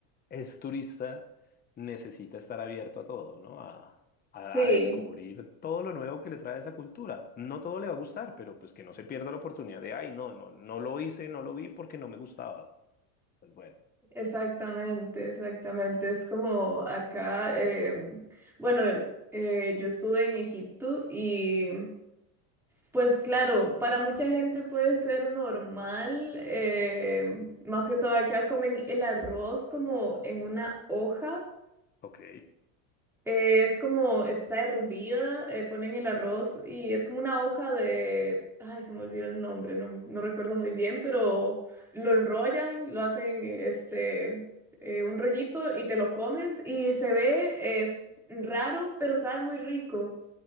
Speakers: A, on the left; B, in the centre.
A: es turista, necesita estar abierto a todo, ¿no? A, a,
B: Sí,
A: a descubrir todo lo nuevo que le trae esa cultura. No todo le va a gustar, pero pues que no se pierda la oportunidad de, ay, no, no, no lo hice, no lo vi porque no me gustaba. Pues bueno,
B: exactamente, exactamente. Es como acá, em, bueno, eh, yo estuve en Egipto y pues claro, para mucha gente puede ser normal, em, más que todo acá comen el arroz como en una hoja.
A: ok.
B: Eh, es como, está hervida, eh, ponen el arroz y es como una hoja de, ay, se me olvidó el nombre, no, no recuerdo muy bien, pero lo enrollan, lo hacen eh, este, eh, un rollito y te lo comes y se ve, eh, es raro, pero sabe muy rico.